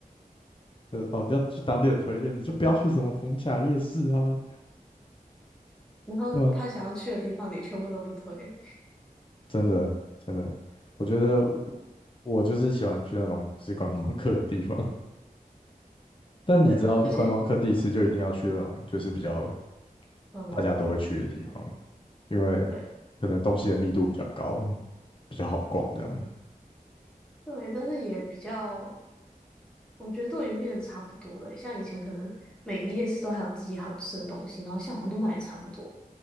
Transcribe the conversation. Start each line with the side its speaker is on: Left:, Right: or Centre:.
Left: 呃哦要去当地人推荐，你就不要去什么逢甲夜市啊，
Centre: 然后他想要去的地方，
Left: 对吧、
Centre: 你全部都不推。
Left: 真的真的，我觉得我我就是喜欢去那种不是观光客的地方。但你知道，
Centre: 对啦，而且
Left: 观光客第一次就一定要去那种就是比较
Centre: 观光的地方，
Left: 大家都会去的地方，因为
Centre: 对
Left: 可能东西的密度比较高，比较好逛这样。
Centre: 对，但是也比较，我觉得都已经变得差不多了。像以前可能每个夜市都还有自己好吃的东西，然后像在好像都卖的差不多。